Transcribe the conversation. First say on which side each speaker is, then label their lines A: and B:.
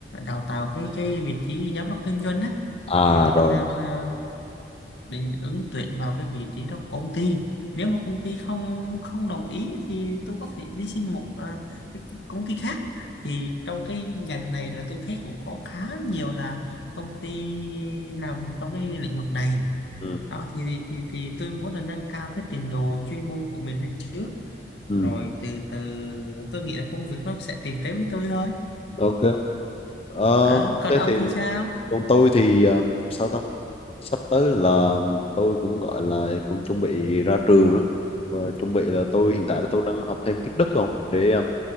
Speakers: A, on the left; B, on the left.
A: đào tạo cái cái vị trí giám đốc kinh doanh á
B: À,
A: thì tôi
B: rồi
A: đang
B: rồi.
A: ờ, định ứng tuyển vào cái vị trí đó của công ty nếu mà công ty không không đồng ý thì tôi có thể đi xin một ờ, cái công ty khác thì trong cái ngành này là tôi thấy cũng có khá nhiều là công ty làm trong cái lĩnh vực này
B: Ừ.
A: đó thì thì thì, thì tôi muốn là nâng cao cái trình độ chuyên môn của mình lên trước
B: Ừ.
A: rồi từ từ tôi nghĩ là công việc nó sẽ tìm tới với tôi thôi
B: ok Ờ,
A: Ờ, còn
B: thế
A: ông
B: thì
A: thì sao
B: còn tôi thì ờm, sao ta sắp tới là tôi cũng gọi là cũng chuẩn bị ra trường đó và chuẩn bị là tôi hiện tại là tôi đang học thêm tiếng Đức không để ờm,